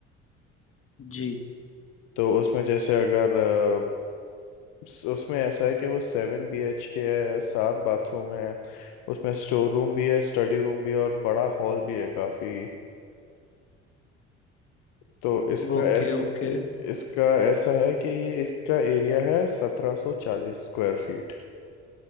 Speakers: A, on the left; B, on the left.
A: जी
B: तो उसमें जैसे अगर अ, स- उसमें ऐसा है कि वो सेवन बी एच के है सात बाथरूम है उसमें स्टोर रूम भी है स्टडी रूम भी है और बड़ा हॉल भी है काफी तो इसका
A: Okay
B: ऐसे
A: okay
B: इसका ऐसा है कि ये इसका एरिया है सत्रह सौ चालीस स्क्वायर फीट